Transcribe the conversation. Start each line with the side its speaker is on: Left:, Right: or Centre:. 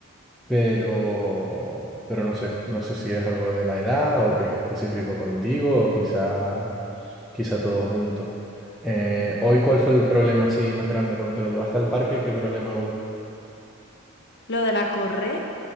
Centre: pero, pero no sé, no sé si es algo de la edad o que es específico contigo o quizá, quizá todo junto. Eh, hoy, ¿cuál fue el problema así más grande cuando te lo llevaste al parque? ¿Qué problema hubo?
Left: Lo de la correa,